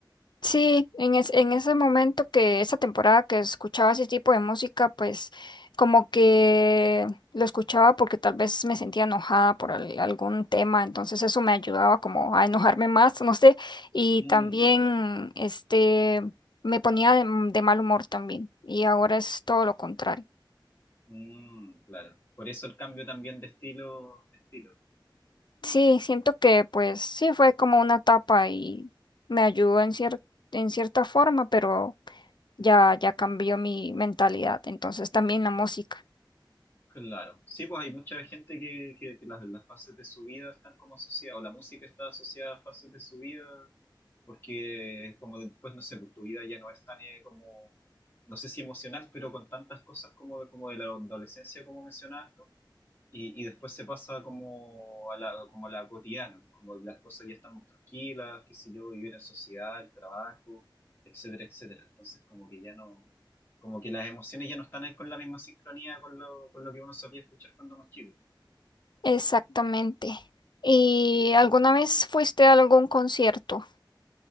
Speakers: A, on the left; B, on the left.
A: Sí, en, es- en ese momento que esa temporada que escuchaba ese tipo de música, pues como que lo escuchaba porque tal vez me sentía enojada por al- algún tema, entonces eso me ayudaba como a enojarme más, no sé, y
B: Mm,
A: también
B: ya claro.
A: este me ponía de, de mal humor también, y ahora es todo lo contrario.
B: Mm, claro. Por eso el cambio también de estilo, de estilo.
A: Sí, siento que pues sí fue como una etapa y me ayudó en cier- en cierta forma, pero ya, ya cambió mi mentalidad, entonces también la música.
B: Claro. Sí, pues hay mucha gente que, que, que las, las fases de su vida están como asociadas, o la música está asociada a fases de su vida, porque como después, no sé, pues tu vida ya no es tan eh, como, no sé si emocional, pero con tantas cosas como de, como de la adolescencia, como mencionabas tú. Y, y después se pasa como a la, como a la cotidiana, como las cosas ya están más tranquilas, qué sé yo, vivir en sociedad, el trabajo, etcétera, etcétera. Entonces como que ya no, como que las emociones ya no están ahí con la misma sincronía con lo, con lo que uno solía escuchar cuando más chico.
A: Exactamente. ¿Y alguna vez fuiste a algún concierto?